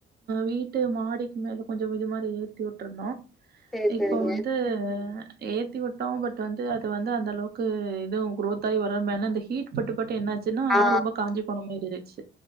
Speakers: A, on the right (about 50°); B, in the centre.
A: வீட்டு மாடிக்கு மேல கொஞ்சோ இது மாரி ஏத்தி விட்ருந்தா
B: சேரி
A: இப்போ
B: சேரிங்க
A: வந்து ஏத் தி விட்டோ பட் வந்து அது வந்து அந்தளவுக்கு இதுவு குரோத் ஆகி வரவுமே இல்ல அந்த ஹீட் பட்டுப்பட்டு என்னாச்சு ன்னா
B: ஆ
A: ரொம்ப காஞ்சி போன மாரி இருந்ச்சு.